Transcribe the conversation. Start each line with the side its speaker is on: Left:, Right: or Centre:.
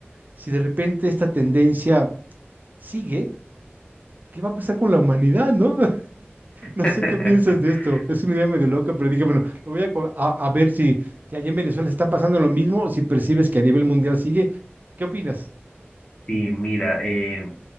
Right: si de repente esta tendencia sigue? ¿Qué va a pasar con la humanidad, no? <laughs> No
Left: <laughs>
Right: sé qué piensas de esto. Es una idea medio loca, pero dije, bueno, lo voy a, co- a- a ver si, si allá en Venezuela está pasando lo mismo o si percibes que a nivel mundial sigue. ¿Qué opinas?
Left: sí, mira, eh,